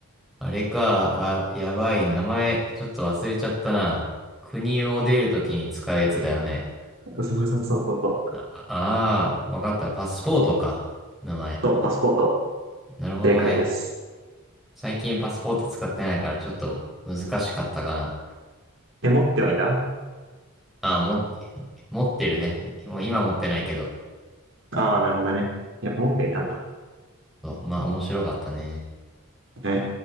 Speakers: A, in the centre; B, on the right.
A: あ、あれか。あ、やばい。名前、ちょっと忘れちゃったな。国を出るときに使うやつだよね。
B: な。そうそうそうそうそう。
A: ああー、わかった。パスポートか。名前。
B: そう、パスポート。
A: なるほどね。
B: 正解です。
A: 最近パスポート使ってないからちょっと難しかったかな。
B: え、持ってはいた
A: あ、も、持ってるね。もう今持ってないけど。
B: ああー、なるほどね。やっぱ持ってはいたんだ。
A: そうまあ面白かったね。
B: え